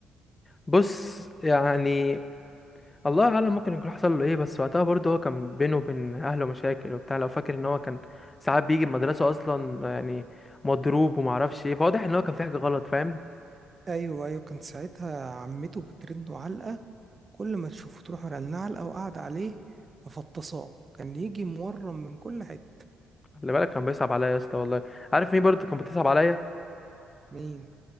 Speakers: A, on the left; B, on the right.
A: بص يعني الله اعلم ممكن يكون حصل له ايه بس وقتها برضه هو كان بينه وبين اهله مشاكل وبتاع لو فاكر ان هو كان ساعات بيجي المدرسه اصلا يعني مضروب ومعرفش ايه فواضح ان هو كان في حاجه غلط فاهم
B: ايوه ايوه كان ساعتها عمته بترنه علقه كل ما تشوفه تروح مرنه علقه وقاعده عليه مفطصاه كان يجي مورم من كل حته
A: خلي بالك كان بيصعب عليا يا اسطى والله عارف مين برضو كان بتصعب عليا
B: مين